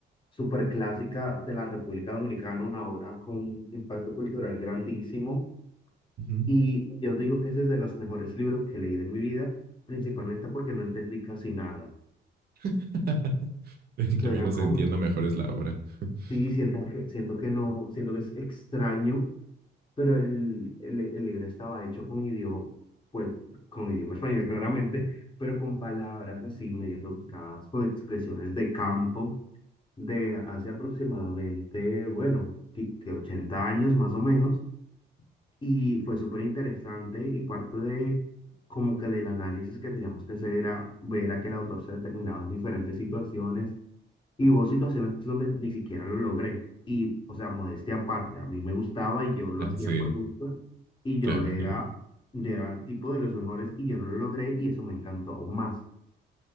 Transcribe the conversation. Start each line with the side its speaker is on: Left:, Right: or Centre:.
Left: súper clásica de la República Dominicana, una obra con impacto cultural grandísimo
Right: ujú.
Left: y yo digo que ese es de los mejores libros que leí de mi vida, principalmente porque no entendí casi nada.
Right: <laughs> Entre
Left: Suena
Right: menos
Left: como,
Right: entiendo, mejor es la obra. <laughs>
Left: sí, siento que, siento que no, siento que es extraño, pero el, el, el libro estaba hecho con idioma, pues, con idioma español claramente, pero con palabras así medio rebuscadas, con expresiones de campo de hace aproximadamente, bueno, qui- que 80 años más o menos. Y fue súper interesante y parte de como que del análisis que teníamos que hacer era ver a que el autor se determinaba en diferentes situaciones y hubo situaciones donde ni siquiera lo logré. Y, o sea, modestia aparte, a mí me gustaba y yo lo hacía
Right: Sí,
Left: por gusto y yo
Right: claro,
Left: era,
Right: claro.
Left: yo era tipo de los mejores y yo no lo logré y eso me encantó aún más.